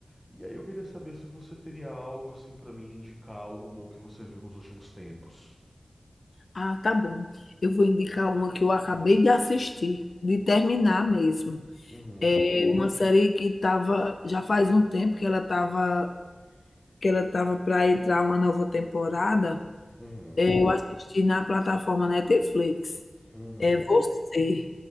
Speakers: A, in the centre; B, on the left (about 75°).
A: E aí eu queria saber se você teria algo assim pra mim indicar algo bom que você viu nos últimos tempos.
B: Ah, tá bom. Eu vou indicar uma que eu acabei de assistir, de terminar mesmo.
A: Uhum,
B: É uma série que estava, já faz um tempo que ela estava, que ela estava para entrar uma nova temporada.
A: uhum,
B: Eh, Eu assisti na plataforma Netflix.
A: uhum,
B: É você,